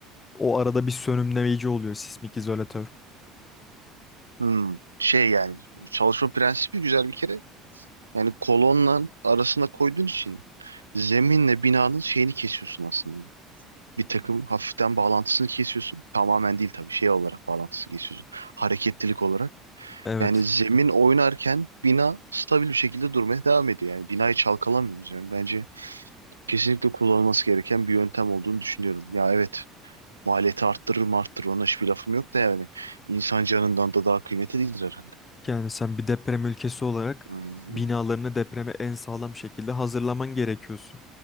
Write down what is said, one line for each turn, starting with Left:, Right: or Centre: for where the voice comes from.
Left: O arada bir sönümleyici oluyor sismik izolatör.
Right: Hmm, şey yani çalışma prensibi güzel bir kere. Yani kolonla arasına koyduğun için zeminle binanın şeyini kesiyorsun aslında. Bir takım hafiften bağlantısını kesiyorsun. Tamamen değil tabii şey olarak bağlantısını kesiyorsun. Hareketlilik olarak.
Left: Evet.
Right: Yani zemin oynarken bina stabil bir şekilde durmaya devam ediyor. Yani binayı çalkalamıyoruz yani. Bence kesinlikle kullanılması gereken bir yöntem olduğunu düşünüyorum. Ya evet maliyeti arttırır mı arttırır ona hiçbir lafım yok da yani insan canından da daha kıymetli değildir herhalde.
Left: Yani sen bir deprem ülkesi olarak
Right: Hmm.
Left: binalarını depreme en sağlam şekilde hazırlaman gerekiyorsun.